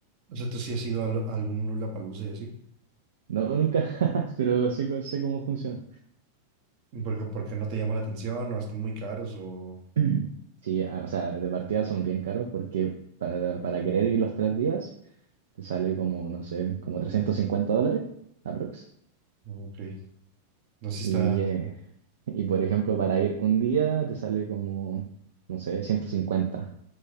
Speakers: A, on the right (about 45°); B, on the right (about 60°).
A: O sea, tú sí has ido a, lo- a algún Lollapalooza y así,
B: No, nunca, <laughs> pero sé, co- sé cómo funciona.
A: porque, porque no te llama la atención o están muy caros o...
B: <clears throat> Sí, ah, o sea, de partida son bien caros porque para, para querer ir los tres días te sale como, no sé, como 350 dólares, aprox.
A: Ok, no sé si
B: Y,
A: está...
B: eh, y por ejemplo, para ir un día te sale como, no sé, ciento cincuenta